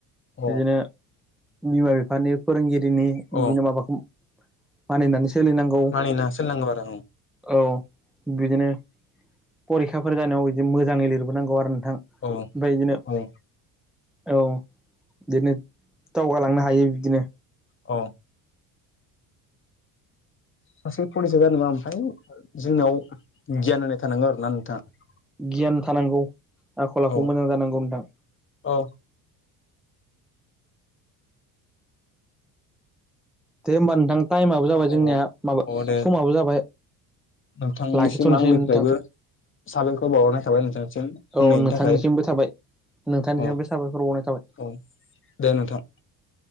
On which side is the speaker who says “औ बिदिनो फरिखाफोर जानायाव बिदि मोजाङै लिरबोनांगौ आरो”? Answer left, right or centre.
Centre